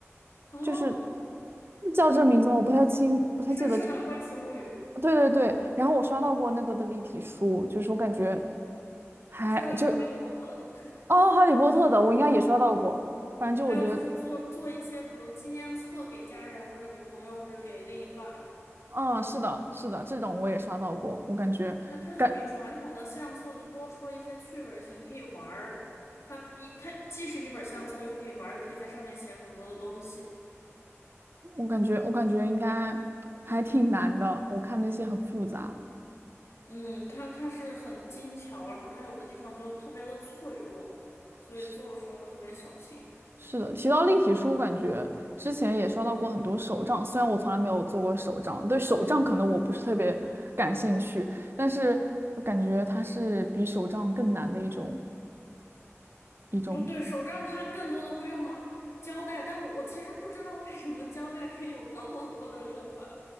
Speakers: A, on the left; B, on the right.
A: 哦，
B: 就是叫这名字吗？我不太清，不太记得。
A: 是是的，《怪奇物语》，
B: 对对对，然后我刷到过那个的立体书，就是我感觉还就
A: 我刷到过《哈利波特》的。
B: 哦，《哈利波特》的我应该也刷到过，反正就我觉得，
A: 还有就是做做一些，比如纪念册给家人或者给朋友或者给另一半儿。
B: 嗯，是的，是的，这种我也刷到过，我感觉。
A: 它它就比传统的相册就多出了一些趣味性，
B: 感。
A: 可以玩儿。它比它既是一本相册，又可以玩儿又可以在上面写很多的东西。
B: 我感觉，我感觉应该还挺难的。我看那些很复杂。
A: 嗯，它它是很精巧，然后它有的地方就特别的脆弱，所以做的时候要特别小心。
B: 是是的，提到立体书，我感觉之前也刷到过很多手账，虽然我从来没有做过手账，对手账可能我不是特别感兴趣，但是我感觉它是比手账更难的一种一种。
A: 不对，手账它更多的会用到胶带，但我我其实不知道为什么胶带可以有那么多的用法，